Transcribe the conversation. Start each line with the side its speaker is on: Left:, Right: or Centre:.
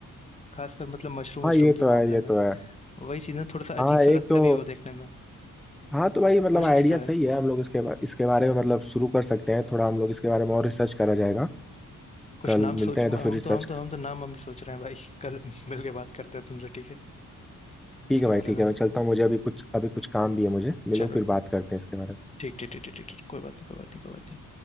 Left: खासकर मतलब मशरूम
Centre: हाँ
Left: मशरूम
Centre: ये
Left: के
Centre: तो है
Left: मामले
Centre: ये
Left: में
Centre: तो है
Left: वही चीज़ ना थोड़ा सा
Centre: हाँ
Left: अजीब सा
Centre: एक
Left: लगता
Centre: तो
Left: भी है वो देखने में
Centre: हाँ तो भाई मतलब
Left: वो चीज़
Centre: आइडिया
Left: तो है
Centre: सही है हम लोग इसके बा, इसके बारे में मतलब शुरू कर सकते हैं थोड़ा हम लोग इसके बारे में और रिसर्च करा जाएगा
Left: कुछ
Centre: कल
Left: नाम
Centre: मिलते
Left: सोच
Centre: हैं
Left: हम
Centre: तो फिर रिसर्च
Left: तो हम तो हम तो नाम हम ही सोच रहे हैं भाई <laughs> कल मिल के बात करते हैं तुमसे ठीक है
Centre: ठीक
Left: इसके
Centre: है भाई
Left: बारे
Centre: ठीक
Left: में
Centre: है मैं चलता हूँ मुझे अभी कुछ अभी कुछ काम भी है मुझे मिलो
Left: चलो
Centre: फिर बात करते हैं इसके बारे में
Left: ठीक ठीक ठीक ठीक ठीक ठीक, कोई बात नहीं कोई बात नहीं कोई बात नहीं